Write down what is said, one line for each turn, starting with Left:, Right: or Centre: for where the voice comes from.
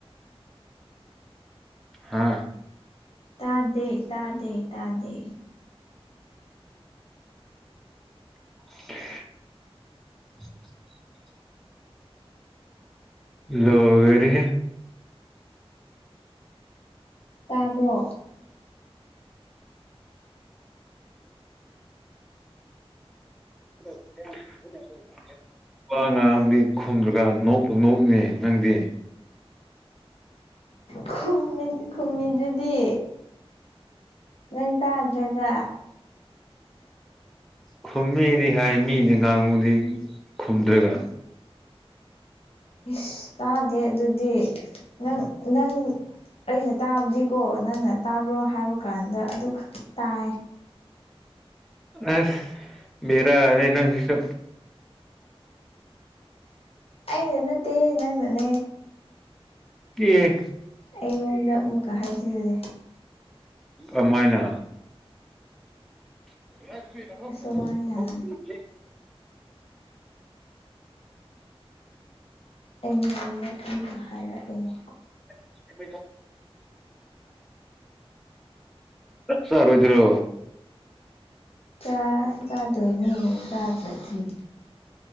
Centre: ꯍꯥꯥ
Left: ꯇꯥꯗꯦ ꯇꯥꯗꯦ ꯇꯥꯗꯦ
Centre: <inaudible> ꯂꯣꯏꯔꯦꯍꯦ
Left: ꯇꯥꯕ꯭ꯔꯣ
Centre: <inaudible> ꯅꯨꯄꯥ ꯑ ꯉꯥꯡ ꯑꯃꯗꯤꯗꯤ ꯈꯨꯝꯗ꯭ꯔꯒ ꯅꯣꯛꯄꯨ ꯅꯣꯛꯏꯅꯦ ꯅꯪꯗꯤ
Left: ꯈꯨꯝꯃꯤ ꯈꯨꯝꯃꯤꯁꯤꯗꯤ ꯅꯪ ꯇꯥꯗ꯭ꯔꯒ
Centre: ꯈꯨꯝꯃꯤꯗꯤ ꯍꯥꯏ ꯃꯤꯅꯥ ꯉꯥꯡꯕꯗꯤ ꯈꯨꯝꯗ꯭ꯔꯒ
Left: ꯏꯁꯁ ꯇꯥꯗꯦ ꯑꯗꯨꯗꯤ ꯅꯪ ꯅꯪ ꯑꯩꯅ ꯇꯥꯕꯗꯤꯀꯣ ꯅꯪꯅ ꯇꯥꯕ꯭ꯔꯣ ꯍꯥꯏꯕ ꯀꯥꯟꯗ ꯑꯗꯨꯈꯛ ꯇꯥꯏ
Centre: ꯑꯁ ꯕꯦꯔꯥ ꯅꯪꯁꯤꯁꯨ
Left: ꯑꯩꯩꯅ ꯅꯠꯇꯦ ꯅꯪꯅꯅꯦ
Centre: ꯀꯤꯑꯦ
Left: ꯑꯩꯉꯣꯟꯗ ꯑꯃꯨꯛꯀ ꯍꯥꯏꯖꯤꯜꯂꯦ
Centre: ꯑꯃꯥꯏꯅ <inaudible>
Left: ꯑꯁꯨꯃꯥꯏꯅ ꯑꯩ ꯃꯉꯣꯟꯗ ꯑꯃꯨꯀ ꯍꯥꯏꯔꯛꯏꯅꯦ
Centre: <inaudible> ꯆꯥꯛ ꯆꯥꯔꯣꯏ ꯑꯣꯏꯗ꯭ꯔꯣ
Left: ꯆꯥꯛ ꯆꯥꯗꯣꯏꯅꯤ ꯆꯥꯗꯔꯗꯤ